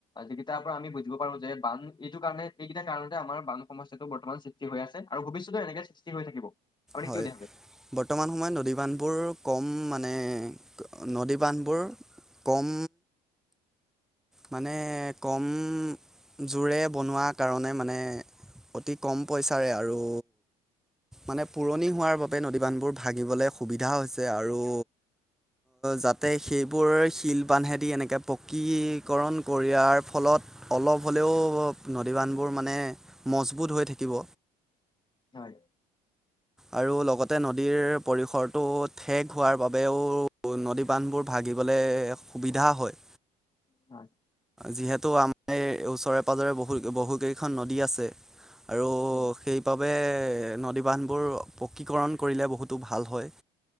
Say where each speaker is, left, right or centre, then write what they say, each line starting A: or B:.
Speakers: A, on the left; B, in the centre.
A: যিকেইটাৰ পৰা আমি বুজিব পাৰো যে বান এইটো কাৰণে এইকেইটা কাৰণতে আমাৰ বান সমস্যাটো বৰ্তমান। সষ্ট হৈ আ, আৰু ভৱিষ্যতেও এনেকে সৃষ্টি থাকিব। আপুনি
B: হয়।
A: কি বুলি ভাবে?
B: বৰ্তমান সময়ত নদী বান্ধবোৰ কম মানে নদী বান্ধবোৰ। কম। মানে কম জোৰে বনোৱাৰ কাৰণে মানে। অতি কম পইচাৰে আৰু। মানে পুৰণি হোৱাৰ বাবে নদীবান্ধবোৰ ভাগঙবলৈ সুবিধা হৈছে আৰু। যাতে সেইবোৰ শিল বান্ধেদি এনেকৈ পকী। কৰণ কৰাৰ ফলত অলপ হ'লেও নদীবান্ধবোৰ মানে। মজবুত হৈ থাকিব।
A: হয়।
B: আৰু লগতে নদীৰ পৰিসৰটো। ঠেক হোৱাৰ বাবেও নদী বান্ধবোৰ ভাগিবলৈ সুবিধা হয়।
A: হয়।
B: যিহেতু আমাৰ এই ওচৰে পাঁজৰে বহু বহুকেইখন নদী আছে। আৰু
A: উম,
B: সেইবাবে নদীবান্ধ। বোৰ পকীকৰণ কৰিলে বহুতো ভাল হয়।